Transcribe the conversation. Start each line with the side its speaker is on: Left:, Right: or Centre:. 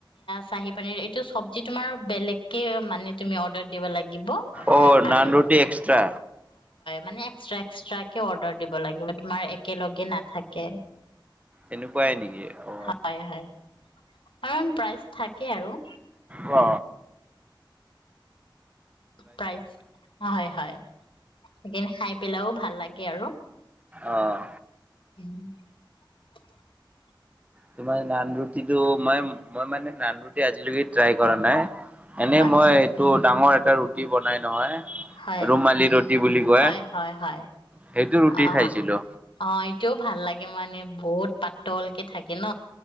Left: চাহি পনীৰ এইটো চবজি তোমাৰ বেলেকে মানে তুমি অৰ্ডাৰ দিব লাগিব
Right: অ
Left: আৰু
Right: নান ৰুটি এক্সট্ৰা
Left: মানে এক্সট্ৰা এক্সট্ৰা কে অৰ্ডাৰ দিব লাগিব তোমাৰ একেলগে নাথাকে
Right: তেনেকুৱাই নেকি অ
Left: হয় হয় কাৰণ প্ৰাইজ থাকে আৰু।
Right: অ।
Left: প্ৰ হয় হয় সেইখিনি খাই পেলাইও ভাল লাগে। আৰু
Right: অহ।
Left: <inaudible>
Right: তোমাৰ নান ৰুটিটো মই মই মানে নান ৰুটি আজিলৈকে ট্ৰাই কৰা নাই। এনে
Left: আচ্ছা
Right: মই এইটো ডাঙৰ এ ৰুটি বনাই নহয়
Left: হয়
Right: ৰুমালী ৰুটি বুলি কয়
Left: হয় হয় হয়
Right: সেইটো ৰুটি
Left: অ
Right: খাইছিলো
Left: অ এইটোও ভাল লাগে মানে। বহুত পাতলকে থাকে ন?